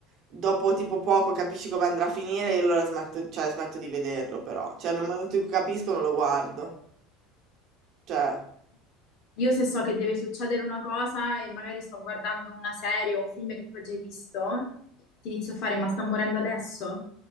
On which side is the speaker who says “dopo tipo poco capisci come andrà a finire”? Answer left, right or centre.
Right